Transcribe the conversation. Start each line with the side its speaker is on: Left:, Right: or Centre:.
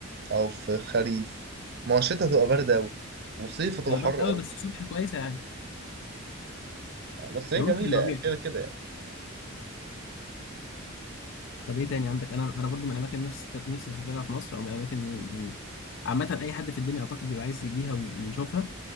Right: او في الخريف ما هو الشتا تبقى برد قوي وصيف تبقى
Left: هي
Right: حر
Left: برد قوي
Right: قوي
Left: بس الصبح كويسه يعني
Right: بس هي
Left: لو
Right: جميله
Left: ممكن ربيع
Right: يعني كده كده يعني
Left: طب ايه تاني عندك انا انا برضو من الاماكن اللي نفسي نفسي اسافرها في مصر او من الاماكن اللي- يعني عامه اي حد في الدنيا اعتقد بيبقى عايز يجيها وي- ويشوفها